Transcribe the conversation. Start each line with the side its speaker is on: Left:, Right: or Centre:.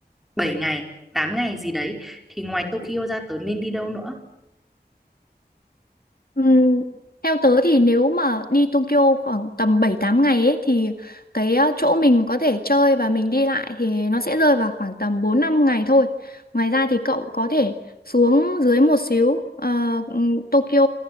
Centre: 7 ngày 8 ngày gì đấy thì ngoài Tokyo ra tớ nên đi đâu nữa
Left: Ừm, theo tớ thì nếu mà đi Tokyo khoảng tầm bảy tám ngày ấy, thì cái ờ, chỗ mình có thể chơi và mình đi lại thì nó sẽ rơi vào khoảng tầm bốn năm ngày thôi. Ngoài ra thì cậu có thể xuống dưới một xíu ờ, ừm, Tokyo